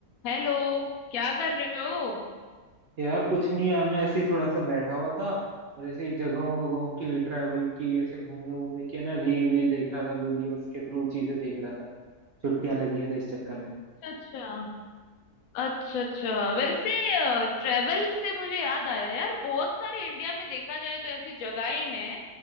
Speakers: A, on the left; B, on the right.
A: Hello क्या कर रहे हो
B: यार कुछ नहीं यार मैं ऐसे ही थोड़ा सा बैठा हुआ था और ऐसे ही जगहों वगहों की ट्रैवल की ऐसे घूमने घूमने की है ना रील वील देख रहा था वीडियोस के थ्रू चीजें देख रहा था छुट्टियां लगी हैं तो इस चक्कर में
A: अच्छा अच्छा अच्छा वैसे ट्रेवल से मुझे याद आया यार बहुत सारे इंडिया में देखा जाए तो ऐसी जगहें हैं